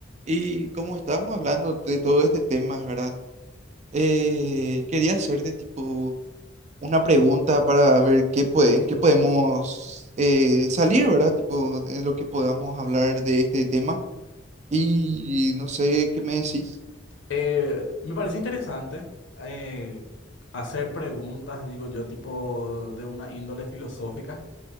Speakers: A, on the right; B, on the left.
A: Y como estábamos hablando de todo este tema, ¿verdad? Eh, quería hacerte tipo una pregunta para ver qué puede, en qué podemos eh, salir, ¿verdad? Tipo, de lo que podamos hablar de este tema. Y no sé qué me decís.
B: Eh, me parece interesante eh, hacer preguntas, digo yo, tipo de una índole filosófica.